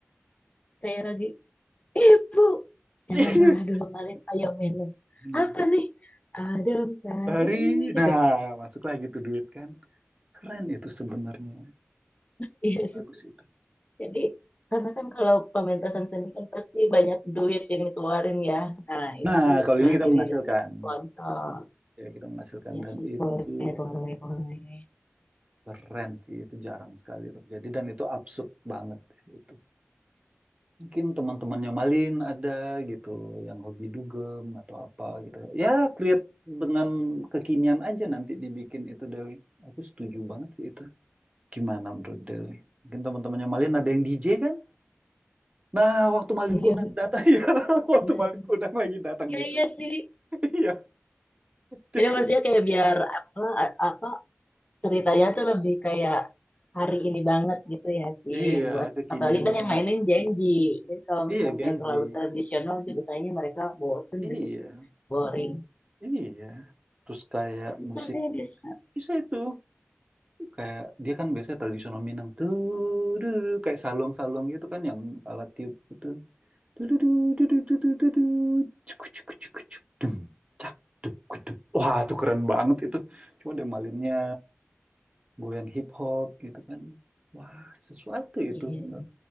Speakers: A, on the left; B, on the right.
A: Kayak lagi, ibu, jangan
B: Iya,
A: marah dulu Malin, ayo minum.
B: minum
A: Apa nih? Adem sari
B: sari.
A: gitu.
B: Nah, masuklah gitu duit kan. Keren itu sebenarnya.
A: Iya
B: Bagus itu.
A: Jadi karena kan kalau pementasan seni kan pasti banyak duit yang dikeluarin ya. Nah, ini
B: Nah,
A: tuh
B: kalau
A: malah
B: ini kita
A: jadi
B: menghasilkan.
A: dapet sponsor.
B: Ya, kita menghasilkan
A: Ya
B: dan
A: sih,
B: itu
A: boleh, boleh, boleh.
B: keren sih, itu jarang sekali terjadi dan itu absurd banget. itu Mungkin teman-temannya Malin ada gitu, yang hobi dugem atau apa gitu. Ya, create dengan kekinian aja nanti dibikin itu Dewi. Aku setuju banget sih itu. Gimana menurut Dewi? Mungkin teman-temannya Malin ada yang DJ kan? Nah, waktu Malin
A: Iya,
B: Kundang datang, <laughs> ya, waktu
A: iya,
B: Malin
A: iya.
B: Kundang lagi datang
A: Iya,
B: itu,
A: iya sih.
B: <laughs> iya, dia
A: Jadi
B: kan-
A: maksudnya kayak biar apa, apa ceritanya tuh lebih kayak hari ini banget gitu ya sih
B: iya,
A: buat
B: kekinian
A: apalagi kan yang
B: banget.
A: mainin janji. Jadi kalau
B: Iya,
A: misalnya
B: Genzi.
A: kayak terlalu tradisional juga kayaknya mereka bosen
B: Iya,
A: gitu, boring.
B: iya. Terus kayak
A: Bisa
B: musik
A: sih, bisa.
B: bisa itu. kayak dia kan biasanya tradisional Minang tuh duh, duh, duh, kayak saluang-saluang gitu kan yang alat tiup gitu Duh, duh, duh, duh, duh, duh, duh, duh, duh. Cuk, cuk, cuk, cuk, dum, cak, duk, gudup. wah itu keren banget itu cuma dia malinnya goyang hip hop gitu kan wah sesuatu
A: Iya,
B: itu bener.